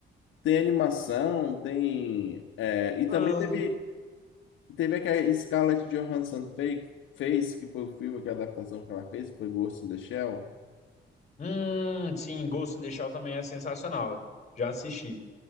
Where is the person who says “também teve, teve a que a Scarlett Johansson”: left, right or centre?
Left